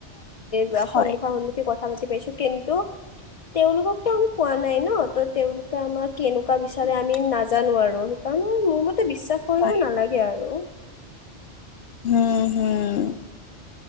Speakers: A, on the left; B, on the left.
A: বা সন্মুখা
B: হয়
A: সন্মুখী কথা ভালকে পাইছো কিন্তু তেওঁলোককতো আমি কোৱা নাই ন ত তেওঁলোকে আমাৰ কেনেকুৱা বিচাৰে আমি নাজানো আৰু সেইকাৰণে মোৰ মতে বিশ্বাস কৰিব
B: হয়।
A: নালাগে আৰু
B: উম উম